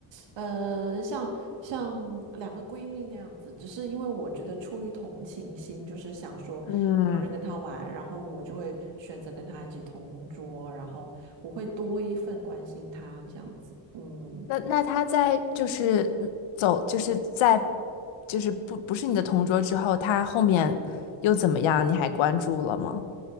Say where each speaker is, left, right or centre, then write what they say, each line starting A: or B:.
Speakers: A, on the right (about 65°); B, on the left (about 75°).
A: 呃，像像两个闺蜜那样子，只是因为我觉得出于同情心，就是想说没有人跟她玩，
B: 嗯，
A: 然后我就会选择跟她一起同桌，然后我会多一份关心她这样子，嗯，
B: 那那他在就是嗯走，就是在就是不不是你的同桌之后，他后面又怎么样？你还关注了吗？